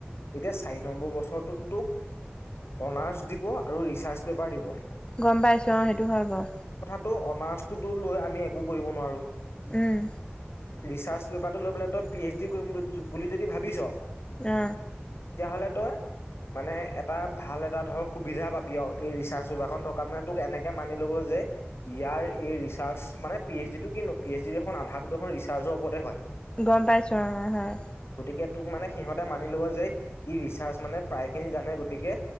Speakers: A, on the left; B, on the left.
A: এতিয়া চাৰি নম্বৰ বছৰটোত তোক অনাৰ্চ দিব আৰু ৰিচাৰ্চ পেপাৰ দিব।
B: গ'ম পাইছো অ সেইটো হয় বাও।
A: অনাৰ্চটোটো লৈ আমি একো কৰিব নোৱাৰো।
B: উম।
A: ৰিচাৰ্চ পেপাৰটো লৈ পেলে তই পি এইচ ডি কৰিম বুলি যদি ভাবিছ।
B: না।
A: তেতিয়াহ'লে তই মানে এটা ভাল এটা ধৰ সুবিধা পাবি আও এই ৰিচাৰ্চ পেপাৰখন থকাত মানে তোক এনেকে মানি ল'ব যে ইয়াৰ এই ৰিচাৰ্চ মানে পি এইচ ডিটো কিনো, পি এইচ ডি দেখুন আধাটো দেখুন ৰিচাৰ্চৰ ওপৰতে হয়।
B: গ'ম পাইছো অ হয়।
A: গতিকে তোক মানে সিহঁতে মানি ল'ব যে, ই ৰিচাৰ্চ মানে প্ৰায় খিনি জানে গতিকে